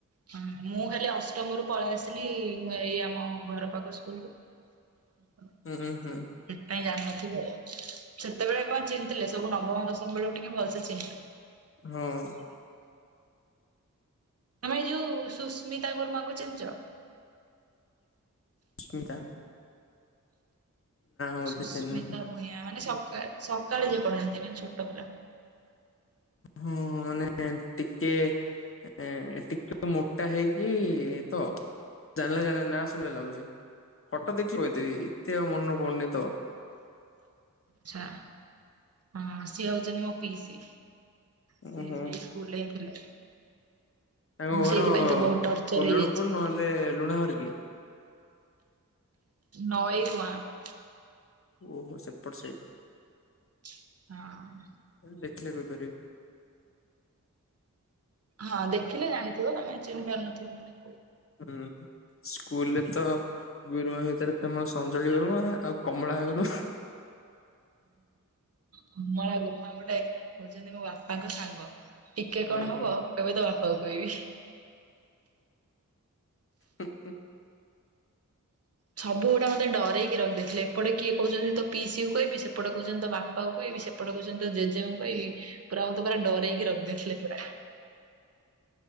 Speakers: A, on the right; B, on the left.
A: ହଁ ମୁଁ ହେଲେ ଅଷ୍ଟମ ରୁ ପଳେଇ ଆସିଲି ଏଇ ଆମ ଘର ପାଖ ସ୍କୁଲ କୁ। <inaudible>
B: ହୁଁ ହୁଁ
A: ସେଥିପାଇଁ ଜାଣିନଥିବ ସେତେବେଳେ କଣ ଚିହ୍ନଥିଲେ ସବୁ ନବମ ଦଶମ ବେଳକୁ ଟିକେ ଭଲ ସେ ଚିହ୍ନିଥିଲେ।
B: ହଁ ଅଁ
A: ଭାଇ ଯୋଉ ସୁସ୍ମିତା ଗୁରୁମାଙ୍କୁ ଚିହ୍ନିଛ।
B: ସୁମିତା। ବୋଧେ
A: ସୁସ୍ମିତା
B: ଚିହ୍ନିନି
A: ଭୂୟାଁ ମାନେ ସକା ସକାଳୁ ପଢାନ୍ତି ମାନେ ଛୋଟ ପିଲା।
B: ହଁ ମାନେ ଟିକେ। ଏଁ ଟିକେତ ମୋଟା ହେଇକି ତ। ଜାଣିଲା ଜାଣିଲା ନାଁ ଶୁଣିଲା ଲାଗୁଛି ଫଟୋ ଦେଖି କହିଦେବି ଏତେ ଆଉ ମନେ ପଡୁନି ତ।
A: ଆଛା ହଁ ସିଏ ହଉଛନ୍ତି ମୋ ପିଇସୀ ସେ
B: ଓହୋ
A: ସେ। <unintelligible>
B: ତାଙ୍କ
A: ମୁଁ
B: ଘର
A: ସେଇଥିପାଇଁ ତ ବହୁତ <unintelligible>
B: କୋଲଣପୁର ନହେଲେ ଲୁଣା ହର କିି।
A: ନଈଗୁଆଁ। -
B: ଓହୋ ସେପଟ ସାଇଟ୍।
A: ହଁ।
B: ଦେଖିଲେ କହି ପାରିବି।
A: ହଁ ଦେଖିଲେ ଜାଣିଥିବ ତମେ ଚିହ୍ନି ପାରୁ ନଥିବ ପୁଣି।
B: ହୁଁ ସ୍କୁଲରେ ତ। ଗୁରୁମା ଭିତରେ ଫେମସ ଅଞଳି ଗୁରୁମା ଆଉ କମଳା ଗୁରୁମା ହା
A: କମଳା ଗୁରୁମା ଗୋଟେ ହଉଛନ୍ତି ମୋ ବାପାଙ୍କ ସାଙ୍ଗ। ଟିକେ କଣ
B: ଓହୋ।
A: ହବ କହିବେ ତ ବାପାଙ୍କୁ କହିବି।
B: ହୁଁ ହୁଁ।
A: ସବୁ ଗୁଡା ମତେ ଡରଇକି ରଖଦେଇଥିଲେ ଏପଟେ କିଏ କହୁଚନ୍ତି ତୋ ପିସିକୁ କହିବି ସେପଟ କହୁଚନ୍ତି ତୋ ବାପାକୁ କହିବି ସେ ଏପଟେ କହୁଚନ୍ତି ତ ଜେଜେଙ୍କୁ କହିବି ପୁରା ମତେ ପୁରା ଡରଇକି ରଖିଦେଇଥିଲେ ପୁରା।